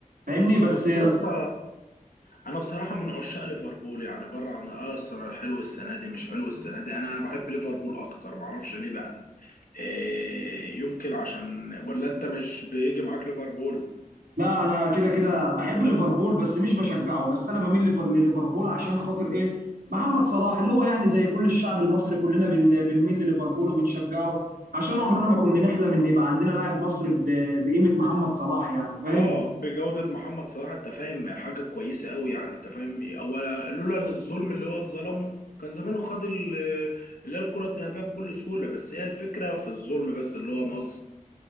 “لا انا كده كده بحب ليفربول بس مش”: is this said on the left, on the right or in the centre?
Right